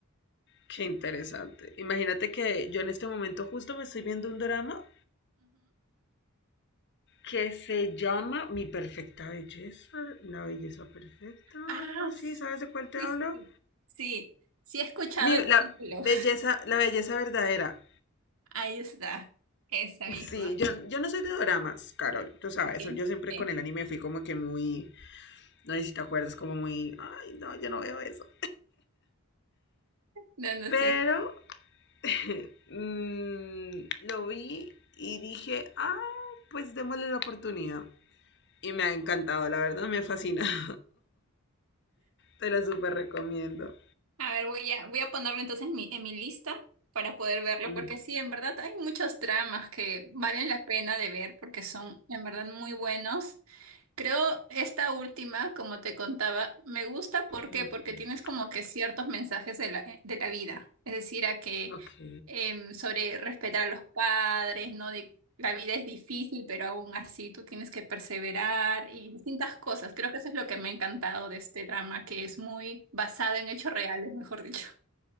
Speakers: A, on the left (about 55°); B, on the right (about 75°).
A: Qué interesante. Imagínate que yo en este momento justo me estoy viendo un drama que se llama Mi Perfecta Belleza, la belleza perfecta,
B: Ah,
A: algo así.
B: sí,
A: ¿Sabes de cuál te hablo?
B: sí, sí, sí he escuchado
A: Mi,
B: el
A: la
B: título. <laughs>
A: belleza, la belleza verdadera.
B: Ahí está, esa misma.
A: Sí, yo, yo no soy de doramas, Carol, tú sabes,
B: Ok,
A: yo siempre
B: sí.
A: con el anime fui como que muy, no sé si te acuerdas, como muy, ay, no, yo no veo eso.
B: No, no,
A: Pero
B: sí.
A: <laughs> mm, lo vi y dije, ah, pues démosle la oportunidad. Y me ha encantado, la verdad, me fascina. <laughs> te lo súper recomiendo.
B: A ver, voy a, voy a ponerlo entonces en mi, en mi lista para poder verlo,
A: Ujú,
B: porque sí, en verdad hay muchos dramas que valen la pena de ver porque son en verdad muy buenos Creo esta última, como te contaba, me gusta ¿por qué?
A: ujú.
B: porque tienes como que ciertos mensajes de la, de la vida, es decir, a que
A: Ok.
B: em, sobre respetar a los padres, ¿no? De la vida es difícil, pero aún así tú tienes que perseverar y distintas cosas. Creo que eso es lo que me ha encantado de este drama, que es muy basado en hechos reales, mejor dicho.